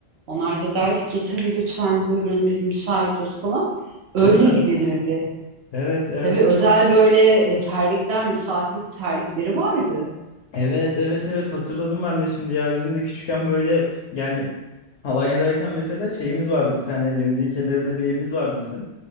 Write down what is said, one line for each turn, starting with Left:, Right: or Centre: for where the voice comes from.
Right: Onlar da derdi ki tabii lütfen buyurun biz müsaitiz falan. Öyle
Left: Değil mi?
Right: gidilirdi.
Left: Evet evet.
Right: Tabii özel böyle e, terlikler, misafir terlikleri vardı.
Left: Evet evet evet hatırladım ben de şimdi ya bizim de küçükken böyle yani Alanya'dayken mesela şeyimiz vardı bir tane denizin kenarında bir evimiz vardı bizim.